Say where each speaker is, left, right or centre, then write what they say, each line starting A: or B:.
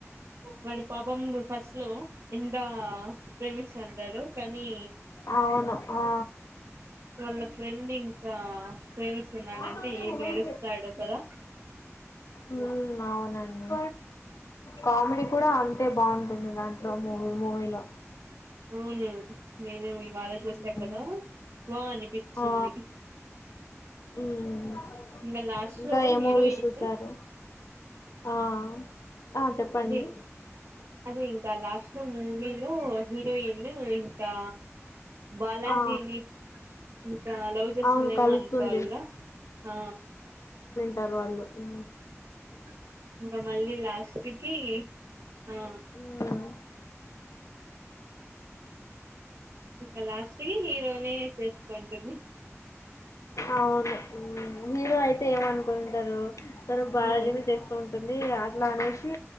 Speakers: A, on the right; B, on the left.
A: వడు పాపం ఫస్ట్ లో ఎంత ప్రేమిస్తంటారు కానీ
B: అవును ఆ
A: వాళ్ళ ఫ్రెండ్ ఇంకా ప్రేమిస్తున్నాడంటే
B: నాట్ ఓన్లీ
A: ఏం
B: ఉమెన్
A: ఏేడుస్తాడు కదా
B: ఉ అవునండి కామెడీ కూడా అంతే బాగుంటుంది దాంట్లో మూవీ మూవీలో
A: అవును నేను బాళ
B: హ్మ్.
A: చూసా కదా వా అనిపించింది
B: ఆ! హ్మ్.
A: ఇంకా లాస్ట్
B: ఇంకా
A: లో
B: ఏ
A: హీరోయిన్
B: మూవీస్ చూసారు ఆ ఆ చెప్పండ్ని
A: అదే అదే ఇంకా లాస్ట్ లో మూవీలో హీరోయిను ఇంకా బాలాజీ
B: ఆ
A: నీ ఇంకా లవ్ చేస్తుందేమో
B: అవును కలుస్తుంది
A: అనుకోవాలా ఆ
B: టారు. వాళ్ళు హు
A: హుహ్ ఇకా మళ్ళీ లాస్ట్కి ఆ
B: మ్మ్
A: ఇకా లాస్ట్కి హీరోనే చేసుకుంటుంది.
B: అవును హుమ్ మీరు అయితే ఏమనుకుంటారు. తన బాలజీని
A: ఉమ్
B: చేస్కోన్ టుంది. అట్లా అనేసి